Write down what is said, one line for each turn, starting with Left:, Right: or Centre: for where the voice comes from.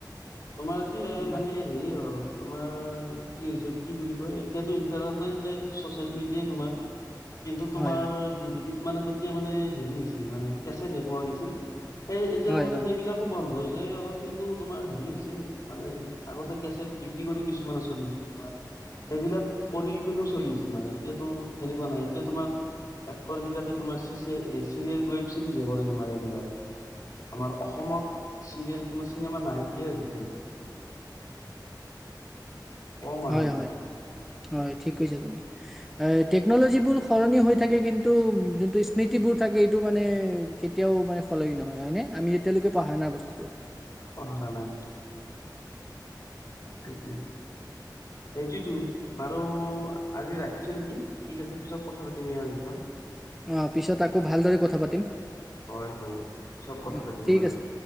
Left: তোমাৰ কি
Centre: আমাৰ
Left: মানে। হেৰি হ'ল তোমাৰ কি হৈছে কি বুলি কয় এতিয়াতো ইণ্টাৰনেট যে ছচিয়েল মিডিয়াই তোমাৰ।
Centre: <inaudible>
Left: কিন্তু তোমাৰ
Centre: হয় হয়
Left: ডি ভি ডিত মানে তেতিয়া মানে হেৰি হৈছিল মানে কেচট হে পোৱা গৈছিল। সেই এতিয়া
Centre: হয় অ
Left: সেইবিলাকো হৈ যায় অলপ কিন্তু তোমাৰ হেৰি হৈছে। মানে আগতে কেছেট বিক্ৰী কৰি কিছুমানে চলিছিল তোমাৰ সেইবিলাক কৰি কিনিও চলি আছিল মানে এতিয়াতো সেনেকুৱা নাই এতিয়া তোমাৰ এক্টৰ বিলাকে তোমাৰ ছিৰিয়েল ৱেব চিৰিজ কৰে তোমাৰ এইবিলাক। আমাৰ অসমত চিৰিয়েল তোমাৰ চিনেমা নাই কিয়াই হৈছে দেখোন তোমাৰ। কম
Centre: হয়-
Left: আহে এতিয়া
Centre: হয় -হয় ঠিক কৈছা তুমি টেকনলজিবোৰ সলনি হৈ। থাকে কিন্তু যোনটো স্মৃতিবোৰ থাকে এইটো মানে কেতিয়াও মানে সলনি নহয় হয়নে আমি এতিলৈকে পাহৰা নাই বস্তুটো।
Left: পাহৰা নাই তাকেইতো। সেইটোৱেই টো। বাৰু আজি ৰাখিছো নেকি ঠিক আছে পিছত কথা পাতিম ইয়াৰ বিষয়ে।
Centre: অ' পিছত আকৌ ভালদৰে কথা পাতিম।
Left: হয় হয় পিছত কথা
Centre: উম
Left: পাতিম
Centre: ঠিক
Left: বাৰু
Centre: আছে